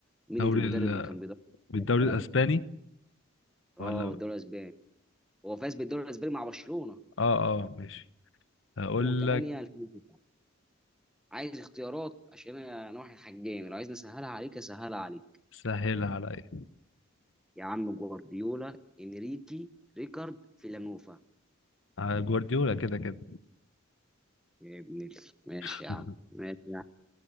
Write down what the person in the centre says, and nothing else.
مين
المدرب
اللي كان بيدرب
برشلونة؟
اه
الدوري الاسباني هو فاز بالدوري الاسباني مع برشلونة
2008
2009 عايز اختيارات عشان انا أنا واحد حجامي لو عايز اسهلها عليك اسهلها عليك
يا عم جوارديولا انريكي ريكارد فيلانوفا
يا ابن ال- ماشي
يا عم ماشي يا عم